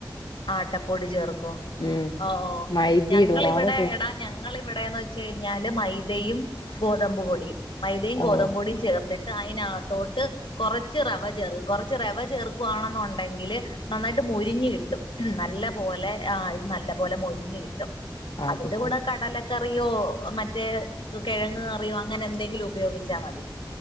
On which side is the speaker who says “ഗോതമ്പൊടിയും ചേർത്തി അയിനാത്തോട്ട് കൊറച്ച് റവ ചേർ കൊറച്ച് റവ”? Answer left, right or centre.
Left